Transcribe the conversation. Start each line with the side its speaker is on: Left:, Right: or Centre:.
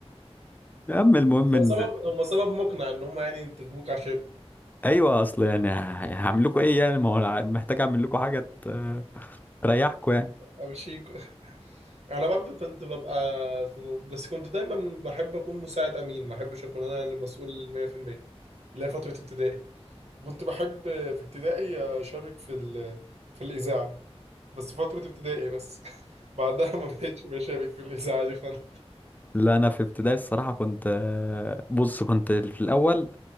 Left: يا عم المهم
Right: بس
Left: ان
Right: هو سبب هم سبب مقنع ان هم يعني ينتخبوك عشان
Left: ايوه اصل يعني ه- هعمل لكم ايه يعني ما هو أنا محتاج اعمل لكم حاجه ت- تريحكم يعني
Right: امشيك انا برضه كنت ببقى في م... بس كنت دايما بحب اكون مساعد امين ما احبش اكون انا اللي مسؤول 100% اللي هي فتره ابتدائي كنت بحب في ابتدائي اشارك في ال... في الاذاعه بس فتره ابتدائي بس <laughs> بعدها ما بقتش بشارك في الاذاعه دي خالص
Left: لا انا في ابتدائي الصراحه كنت آه، بص كنت في الاول